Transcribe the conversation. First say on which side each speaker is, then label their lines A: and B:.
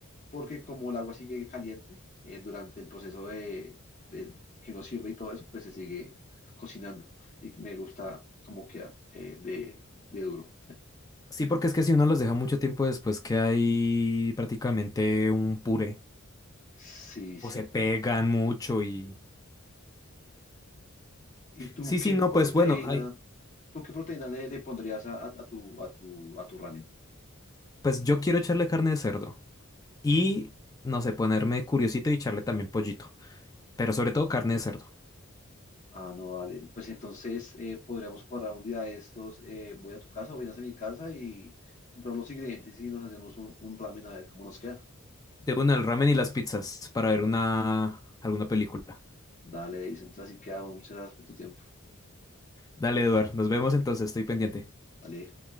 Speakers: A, on the left; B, on the left.
A: porque como el agua sigue caliente eh, durante el proceso de, de que uno sirve y todo eso, pues se sigue cocinando y me gusta cómo queda eh, de, de duro.
B: Sí, porque es que si uno los deja mucho tiempo después, que hay prácticamente un puré.
A: Sí, sí,
B: O se pegan
A: tal cual.
B: mucho y...
A: ¿Y tú
B: Sí, sí,
A: qué
B: no,
A: proteína,
B: pues bueno, ay,
A: tú qué proteína le, le pondrías a, a- a tu, a tu, a tu ramen?
B: pues yo quiero echarle carne de cerdo. Y, no sé, ponerme curiosito y echarle también pollito. Pero sobre todo carne de cerdo.
A: Ah, no, dale. Pues entonces eh, podríamos cuadrar un día de estos. eh, voy a tu casa o vienes a mi casa y compramos los ingredientes y nos hacemos un, un ramen a ver cómo nos queda.
B: De una, el ramen y las pizzas para ver una... alguna película.
A: Dale, dice. Entonces así quedamos. Muchas gracias por tu tiempo.
B: Dale, Eduard, nos vemos entonces, estoy pendiente.
A: Dale.